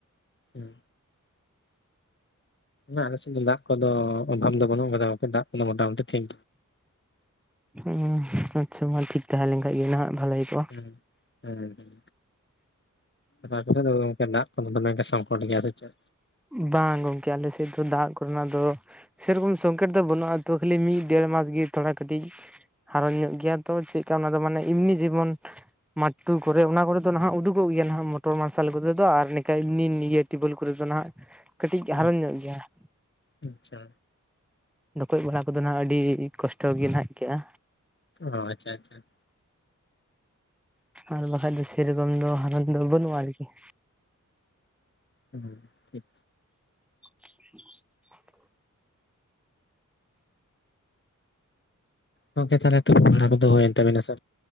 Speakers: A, on the left; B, in the centre.
A: ᱦᱮᱸ ᱟᱞᱮᱥᱮᱫ ᱫᱚ ᱫᱟᱜ ᱠᱚᱫᱚ ᱚᱵᱷᱟᱵ ᱫᱚ ᱵᱟᱹᱱᱩᱜ ᱟᱠᱟᱫᱟᱠᱮ ᱫᱟᱜ ᱠᱚᱫᱚ ᱢᱚᱴᱟᱢᱩᱴᱤ ᱴᱷᱤᱠ
B: ᱦᱩᱸ ᱟᱪᱷᱟ ᱢᱟ ᱴᱷᱤᱠ ᱛᱟᱦᱮᱸ ᱞᱮᱱ ᱠᱷᱟᱱ ᱜᱮ ᱱᱟᱦᱟᱜ ᱵᱷᱟᱞᱮ ᱦᱩᱭ ᱠᱚᱜᱼᱟ ᱾
A: ᱦᱩᱸ ᱦᱮᱸ ᱦᱩᱸ ᱫᱟᱜ ᱠᱚᱫᱚ ᱫᱚᱢᱮ ᱜᱮ ᱥᱚᱝᱠᱚᱴ ᱜᱮᱭᱟ ᱥᱮ ᱪᱮᱫ
B: ᱵᱟᱝ ᱜᱚᱝᱠᱮ ᱟᱞᱮ ᱥᱮᱫ ᱫᱚ ᱫᱟᱜ ᱠᱚᱨᱮ ᱱᱟᱜ ᱫᱚᱼᱼ ᱥᱮ ᱨᱚᱠᱚᱢ ᱥᱚᱝᱠᱮᱴ ᱫᱚ ᱵᱟᱹᱱᱩᱜ-ᱟ ᱛᱚ ᱠᱷᱟᱹᱞᱤ ᱢᱤᱜ ᱰᱮᱲ ᱢᱟᱥ ᱜᱤ‌ ᱛᱷᱚᱲᱟ ᱠᱟᱹᱴᱤᱡᱼᱼ ᱦᱟᱨᱚᱱ ᱧᱚᱜ ᱜᱮᱭᱟ ᱛᱚ ᱪᱮᱜ ᱠᱟ ᱚᱱᱟ ᱫᱚ ᱢᱟᱱᱮ ᱤᱢᱱᱤ ᱡᱮᱢᱚᱱᱼᱼ ᱢᱟᱴᱴᱩ ᱠᱚᱨᱮ ᱚᱱᱟ ᱠᱚᱨᱮ ᱫᱚ ᱱᱟᱦᱟᱸᱜ ᱩᱰᱩᱜᱠᱚᱜ ᱜᱮᱭᱟ ᱱᱟᱦᱟᱸᱜ ᱢᱚᱴᱚᱨ ᱢᱟᱨᱥᱟᱞ ᱠᱚᱛᱮ ᱫᱚ ᱟᱨ ᱱᱮᱠᱟ ᱱᱤ ᱱᱤᱭᱟᱹ ᱴᱤᱵᱩᱞ ᱠᱚᱨᱮ ᱫᱚ ᱱᱟᱦᱟᱸᱜᱼᱼ ᱠᱟᱹᱴᱤᱡ
A: ᱦᱩᱸ
B: ᱦᱟᱨᱚᱱ ᱧᱚᱜ ᱜᱮᱭᱟ᱾ <unintelligible>
A: ᱟᱪᱪᱷᱟ
B: ᱰᱷᱚᱠᱚᱡ ᱵᱟᱲᱟ ᱠᱚᱫᱚ ᱱᱟᱦᱟᱸᱜ ᱟᱹᱰᱤ ᱠᱚᱥᱴᱚ ᱜᱤ ᱱᱟᱦᱟᱸᱜ ᱜᱮᱭᱟ᱾
A: ᱚ ᱟᱪᱷᱟ ᱟᱪᱷᱟ᱾
B: ᱟᱨ ᱵᱟᱠᱷᱟᱡ ᱫᱚ ᱥᱮ ᱨᱚᱠᱚᱢ ᱫᱚ ᱦᱟᱨᱚᱱ ᱫᱚ ᱵᱟᱹᱱᱩᱜ-ᱟ ᱟᱨ ᱠᱤ᱾
A: ᱦᱩᱸ ᱴᱷᱮᱠ᱾
B: <unintelligible> <inaudible>
A: ᱜᱚᱝᱠᱮ ᱛᱟᱦᱚᱞᱮ ᱛᱩᱯᱩ ᱵᱟᱲᱟ ᱠᱚ ᱫᱚ ᱦᱚᱭᱮᱱ ᱛᱟᱵᱮᱱᱟ ᱥᱮᱼᱼ